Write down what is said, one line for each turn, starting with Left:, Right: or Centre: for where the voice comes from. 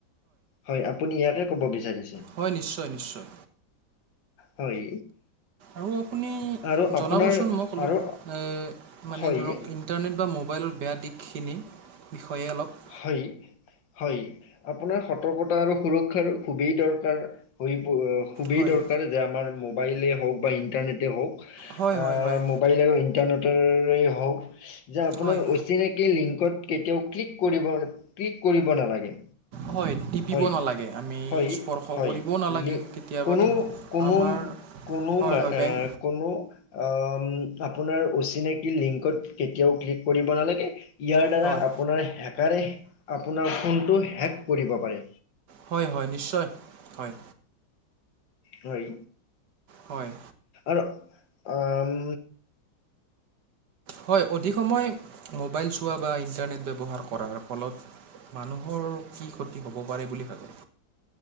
Left: হয় আপ্ আপুনি ইয়াকে ক'ব বিচাৰিছে?
Right: হয়, নিশ্চয় নিশ্চয়।
Left: হয়
Right: আৰু আপুনি
Left: আৰু আপোনাৰ
Right: জনাবচোন মোক অলপ
Left: আৰু
Right: আ মানে
Left: হয়
Right: ধৰক ইণ্ট ইণ্টাৰনেট বা মোবাইলৰ বেয়া দিশখিনিৰ বিষয়ে অলপ।
Left: হয়। হয়, আপোনাৰ সতৰ্কতা আৰু সুৰক্ষাৰ খুবেই দৰকাৰ হৈ প ' খুবেই
Right: হয়
Left: দৰকাৰ যে আমাৰ মোবাইলেই হওক বা ইণ্টাৰনেটেই হওক
Right: হয়
Left: আ
Right: হয় হয়
Left: পাৰিলে আক ' ইণ্টাৰনেটৰেই হওক যে আপোনাৰ
Right: হয়
Left: অচিনাকি লিংকত কেতিয়াও ক্লিক কৰিবৰ ক্লিক কৰিব নালাগে।
Right: হয়, টিপ্ টিপিব
Left: হয়।
Right: নালাগে, আমি
Left: হয়
Right: স্পৰ্শ
Left: হয়
Right: কৰিবও নালাগে।
Left: লি
Right: কেতিয়াবা
Left: কোনো
Right: ধৰক
Left: কোনো
Right: আমাৰ
Left: কোনো
Right: হয়
Left: মা
Right: হয়
Left: এ
Right: বেংক
Left: কোনো আ ম আপোনাৰ অচিনাকি লিংকত কেতিয়াও ক্লিক কৰিব নালাগে। ইয়াৰ দ্বাৰা
Right: হয়
Left: আপোনাৰ হেকাৰে আপোনাৰ ফোনটো হেক কৰিব। পাৰে
Right: হয়, হয় নিশ্চয় হয়।
Left: হয়।
Right: হয়।
Left: আৰু অওম
Right: হয় অধিক সময় মোবাইল চোৱা বা ইণ্টাৰনেট ব্যৱহাৰ কৰাৰ ফলত মানুহৰ কি ক্ষতি হ'ব পাৰে বুলি ভাবে